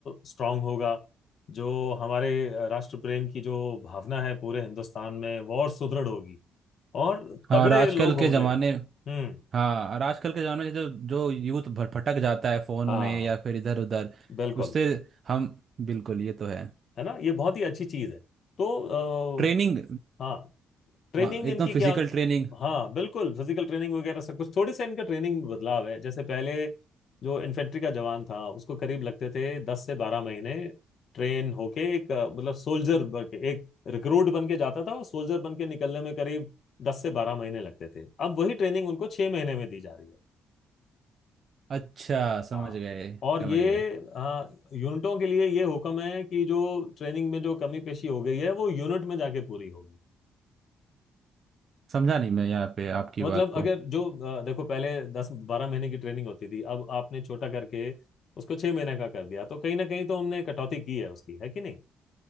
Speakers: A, on the left (about 55°); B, on the right (about 50°).
A: स्ट्रांग होगा जो हमारे राष्ट्र प्रेम की जो भावना है पूरे हिंदुस्तान में वो और सुदृढ़ होगी और
B: हाँ
A: तगड़े
B: और आजकल
A: लोग
B: के
A: होंगे
B: ज़माने
A: हम्म
B: हाँ और आजकल के ज़माने में जो जो यूथ भर- भटक जाता है फ़ोन
A: हाँ
B: में या फिर इधर उधर
A: बिल्कुल
B: उससे हम बिल्कुल ये तो है
A: है ना ये बहुत ही अच्छी चीज है तो
B: ट्रेनिंग
A: अ, हाँ ट्रेनिंग
B: वहाँ-
A: इनकी
B: एकदम
A: क्या
B: फिजिकल
A: होती
B: ट्रेनिंग
A: हाँ बिल्कुल फिजिकल ट्रेनिंग वगैरह सब कुछ थोड़ी सी इनका ट्रेनिंग में बदलाव है जैसे पहले जो इन्फेंट्री का जवान था उसको करीब लगते थे दस से बारह महीने ट्रेन होके एक अ, मतलब सोल्जर बन के एक रिक्रूट बन के जाता था और सोल्जर बन के निकलने में करीब दस से बारह महीने लगते थे अब वही ट्रेनिंग उनको छह महीने में दी जा रही है
B: अच्छा समझ
A: हाँ
B: गए
A: और
B: समझ
A: ये
B: गए
A: आ, यूनिटों के लिए ये हुक्म है कि जो ट्रेनिंग में जो कमी पेशी हो गई है वो यूनिट में जाके पूरी होगी
B: समझा नहीं मैं यहाँ पे आपकी
A: मतलब
B: बात को
A: अगर जो अ, देखो पहले दस बारह महीने की ट्रेनिंग होती थी अब आपने छोटा करके उसको छह महीने का कर दिया तो कहीं ना कहीं तो हमने कटौती की है उसकी है कि नहीं